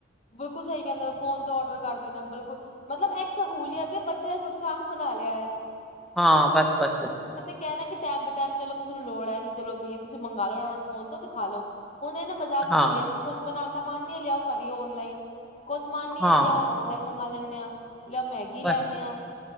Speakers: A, on the left; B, in the centre.
A: ਬਿਲਕੁਲ ਸਹੀ ਕਹਿੰਦੇ ਫੋਨ ਤੋਂ ਔਡਰ ਕਰਦੇਨਾ ਬਿਲਕੁਲ ਮਤਲਬ ਇੱਕ ਸਹੂਲੀਅਤ ਬੱਚਿਆਂ ਨੂੰ <unintelligible> ਬਣਾ ਲਿਆ ਆ।
B: ਹਾਂ ਬਸ ਬਸ।
A: ਕਹਿੰਣਾ ਕਿ ਟਾਈਮ ਬੇ ਟਾਈਮ ਚੱਲੋ ਕਿਸੇ ਨੂੰ ਲੋੜ ਐ ਕਿ ਚਲੋ ਭਈਆ ਤੁਸੀਂ ਮੰਗਵਾ ਲਓ ਫੋਨ ਤੋਂ ਤੇ ਖਾ ਲਓ ਹੁਣ ਇਹਨਾਂ ਮਜ਼ਾਕ ਬਣਾ
B: ਹਾਂ
A: ਲਿਆ ਕਿ ਕੁਛ ਬਣਾਉਣ ਦਾ ਮਨ ਨੀ ਐ, ਲਿਆਓ ਕਰੀਓ ਔਨਲਾਈਨ, ਕੁਛ ਮਨ ਨੀ
B: ਹਾਂ
A: ਐ ਲਿਆਓ ਔਨਲਾਈਨ। ਮੰਗਵਾ ਲੈਂਦੇ ਹਾਂ ਲਿਆਓ ਮੈਗੀ
B: ਬਸ
A: ਲੈਦੇ ਆ